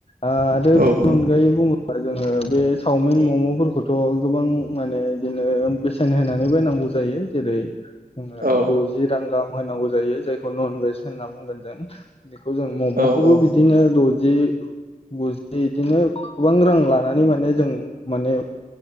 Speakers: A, on the left (about 40°); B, on the right (about 85°).
A: आरो
B: औ
A: बेनि
B: नंगौ
A: अनगायै बुङो जोङो बे चावमिन मम'फोरखौथ' गोबां माने बिदिनो बेसेन होनानै बायनांगौ। जायो जेरै जोङो
B: औ
A: द'जि रां गाहाम होनांगौ जायो जायखौ नन भेज होनना बुंगोन जों बेखौ जों मम'खौबो
B: औ
A: बिदिनो द'जि गुजि इदिनो गोबां रां लानानै माने जों माने